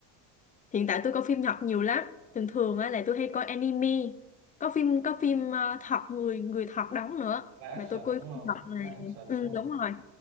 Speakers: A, on the left; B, on the right.
A: hiện tại tôi coi phim Nhật nhiều lắm. Thường thường á là tôi hay coi anime. Có phim có phim ờ, thật người người thật đóng nữa.
B: live
A: Mà
B: action
A: tôi coi
B: đúng không
A: phim Nhật này.
B: live action
A: Ừ
B: đúng không
A: đúng rồi.